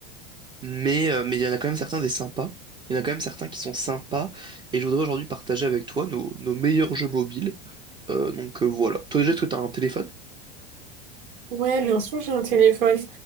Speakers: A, on the right (about 15°); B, on the right (about 60°).
A: mais, euh, mais il y en a quand même certains des sympas. Il y en a quand même certains qui sont sympas. Et je voudrais aujourd'hui partager avec toi nos, nos meilleurs jeux mobiles. Euh, donc euh, voilà. Toi déjà, est-ce que tu as un téléphone?
B: Ouais, bien sûr, j'ai un téléphone.